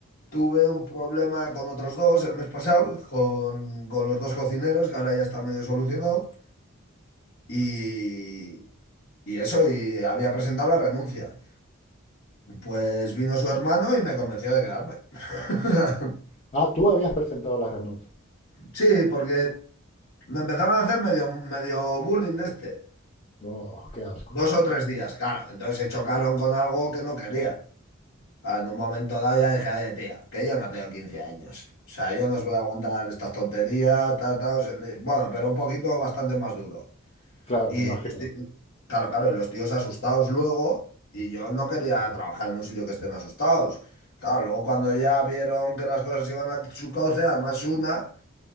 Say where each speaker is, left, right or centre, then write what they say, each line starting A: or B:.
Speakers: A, on the left; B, on the left.
A: Tuve un problema con otros dos el mes pasado, con, con los dos cocineros, que ahora ya está medio solucionado. Y, y eso, y había presentado la renuncia. Pues vino su hermano y me convenció de quedarme. <laughs>
B: Ah, tú habías presentado la renuncia.
A: Sí, porque me empezaron a hacer medio, medio bullying de este.
B: Oh, qué asco.
A: Dos o tres días, claro. Entonces se chocaron con algo que no quería. Ah, En un momento dado ya dije, oye, tía, que yo no tengo 15 años. O sea, yo no os voy a aguantar estas tonterías, ta, ta, o sea, le- bueno, pero un poquito bastante más duro.
B: Claro,
A: Y
B: me imagino.
A: los ti- claro, claro, y los tíos asustados luego, y yo no quería trabajar en un sitio que estén asustados. Claro, luego cuando ya vieron que las cosas iban a su cauce, además una,